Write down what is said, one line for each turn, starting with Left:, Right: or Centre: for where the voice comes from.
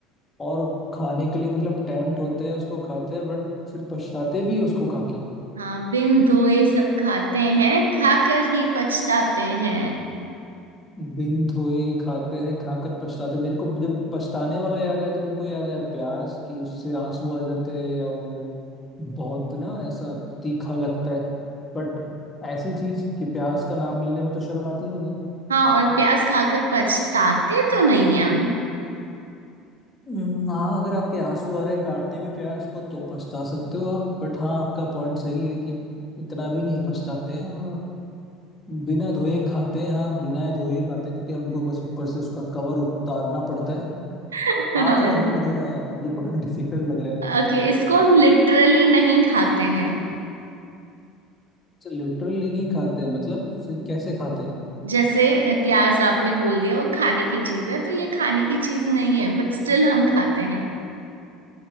Left: और खाने के लिए मतलब टेम्प्ट होते हैं उसको खाते हैं बट फिर पछताते भी हैं उसको खा के
Right: हाँ बिन धोए सब खाते हैं खाकर ही पछताते हैं
Left: बिन धोए खाते हैं खाकर पछताते मेरे को जब पछताने वाला याद आया तो मेरे को याद आया प्याज कि उससे आंसू आ जाते हैं या वो बहुत ना ऐसा तीखा लगता है बट ऐसी चीज कि प्याज का नाम लेने में तो शर्म आती नहीं है
Right: हाँ और प्याज खाकर पछताते तो नहीं हम
Left: हम्म, हाँ अगर आपके आंसू आ रहे हैं काटने में प्याज को तो पछता सकते हो आप बट हाँ आपका पॉइंट सही है कि इतना भी नहीं पछताते हैं और बिना धोए खाते हैं हाँ बिना धोए खाते हैं, क्योंकि हमको बस ऊपर से उसका कवर उतारना पड़ता है
Right: <laughs>
Left: आप थोड़ा हिंट दो रहे हैं यार ये बड़ा <laughs> डिफिकल्ट लग रहा है मुझे
Right: ओके इसको हम लिटरली नहीं खाते हैं
Left: अच्छा लिटरली नहीं खाते हैं मतलब फिर कैसे खाते हैं
Right: जैसे प्याज आपने बोल दिया वो खाने की चीज है तो ये खाने की चीज नहीं है बट स्टिल हम खाते हैं